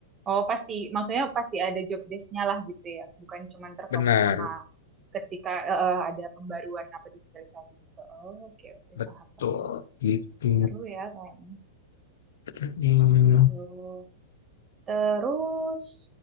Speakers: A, on the right; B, on the left.
A: Oh, pasti. Maksudnya pasti ada job desk-nya lah gitu ya. Bukan cuma terfokus
B: Benar,
A: sama ketika eh, eh, ada pembaruan apa digitalisasi gitu. Oh, oke, oke.
B: betul
A: Paham, paham.
B: gitu.
A: Seru ya kayaknya.
B: Hmm.
A: Gitu. Terus,